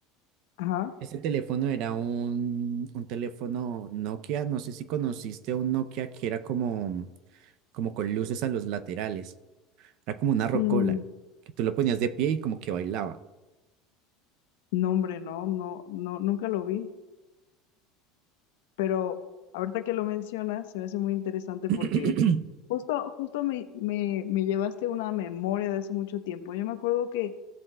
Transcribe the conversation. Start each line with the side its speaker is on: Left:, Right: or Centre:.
Left: Ajá.
Right: Este teléfono era un, un teléfono Nokia, no sé si conociste un Nokia que era como, como con luces a los laterales. Era como una rocola,
Left: Mm,
Right: que tú lo ponías de pie y como que bailaba.
Left: no, hombre, no, no, no, nunca lo vi. Pero ahorita que lo mencionas, se me hace muy interesante porque
Right: <clears throat>
Left: justo, justo me, me, me llevaste una memoria de hace mucho tiempo. Yo me acuerdo que